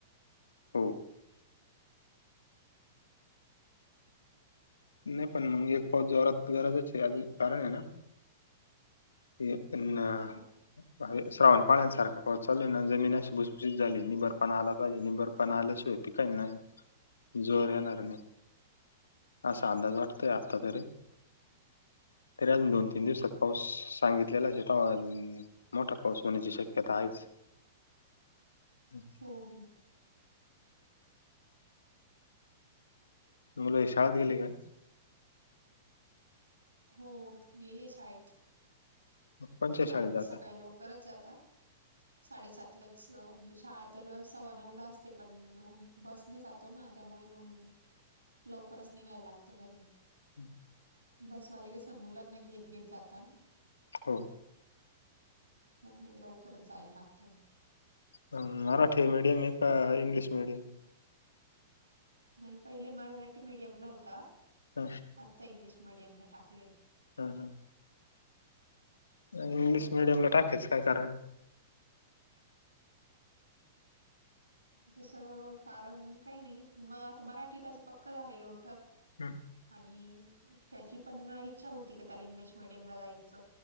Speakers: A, on the left; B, on the right.
A: हो. नाही पण मग एक पाऊस जोरात <unintelligible> हे पण
B: हा
A: बाहेर श्रावण पाळ्यांसारखा पाऊस चालूय ना जमीन अशी भुसभुशीत झाली निबरपणा आला पाहिजे निबर पा आल्याशिवाय पिकांयच नाही ना जोवर येणारं नाही. असा अंदाज वाटतोय आत्ता तरी तरी अजून दोन तीन दिवसात पाऊस सांगितलेला <unintelligible> मोठा पाऊस होण्याची शक्यता आहेच. हम्म‌. ‌‍
B: हो हो.
A: मुलं शाळेत गेली का?
B: हो- गेले शाळेत.
A: कोणच्या
B: शाळेत म्हणजे
A: जाता
B: सकाळी लवकरच जाता साडेसात लाच म्हणजे शाळा तर सव्वा नऊला असते पण- बसने जातो ना त्यामुळे मग लवकरच निघायला लागतं घरून.
A: <inaudible>
B: बस वाले कस मुलांना घेत घेत जाता ना.
A: हो.
B: त्यामुळे लवकरच जायला लागत.
A: अम्म -मराठी मीडियम एका इंग्लिश मीडियम?
B: नाही पहिकी मराठी मीडियमला होता.
A: हम्म.
B: आत्ता इंग्लिश मिडियमला टाकलंय.
A: हा- हा. इंग्लिश मिडियम ला टाकाचय काय कारण?
B: तस कारण काही नाही प म आता मराठी त्याच पक्क झालेलं होत.
A: हं,
B: आणि त्याची पण इच्छा होती की, त्याला इंग्लिश मिडियमला जायचं.